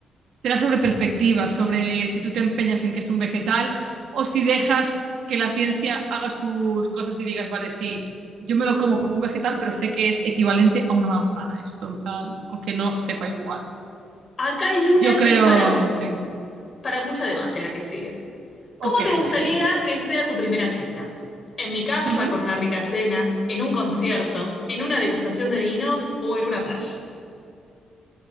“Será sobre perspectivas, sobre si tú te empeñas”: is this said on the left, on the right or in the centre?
Right